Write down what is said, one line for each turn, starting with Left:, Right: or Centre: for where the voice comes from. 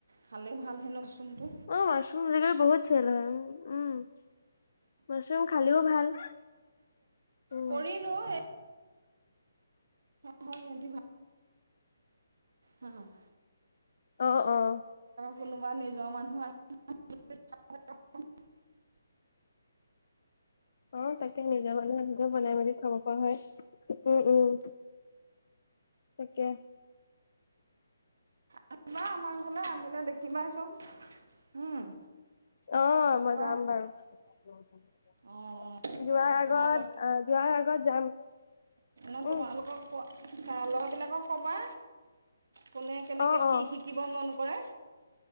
Right: খালেও ভাল হেনো। মাছৰুমটো
Left: অ', মাছৰুম <unintelligible> বহুত চেল হয় উম, উম। মাছৰুম খালিও ভাল। উম,
Right: কৰিলো এ হয়, শেহতী <inaudible>
Left: অ', অ'।
Right: কোনোবা নিজৰ মানুহ আহিলে <unintelligible>
Left: অ', তাকে নিজা মানুহ নিজে বনাই মেলি খাব পৰা হয়, উম, উম। তাকে।
Right: আহিবা আমাৰ ঘৰলৈ আহিলে দেখিবা চব, উম।
Left: অ', মই
Right: পা
Left: যাম বাৰু। যোৱাৰ
Right: অ অ তাকে
Left: আগত
Right: তোমাৰ
Left: অ, যোৱাৰ আগত যাম।
Right: মই
Left: উম,
Right: তোমালোকক খোৱা ল'ৰাবিলাকক ক'বা কোনে কেনেকৈ
Left: অ', অ',
Right: কি শিকিব মন কৰে।